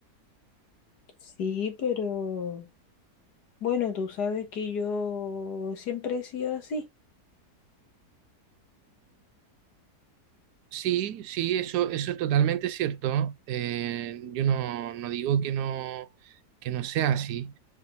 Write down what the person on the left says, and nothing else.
Sí, pero bueno, tú sabes que yo siempre he sido así.